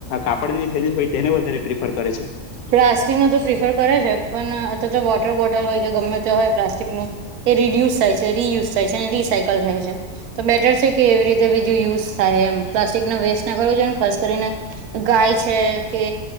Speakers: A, on the left; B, on the right.
A: કાપડની થેલી હોય તેને વધારે પ્રિફર કરે છે
B: પ્લાસ્ટિક ને તો પ્રિફર કરે છે પણ આતો વોટર બોટલ હોય કે ગમે ત હોય પ્લાસ્ટિક નુ એ રીડ્યુસ થાય છે રિયુઝ થાય છે અને રિસાયકલ થાય છે તો બેટર છે કે એવી રીતે બીજું યુઝ થાય એમ પ્લાસ્ટિક ને વેસ્ટ ના કરવું જો ને ખાસ કરીને ગાય છે કે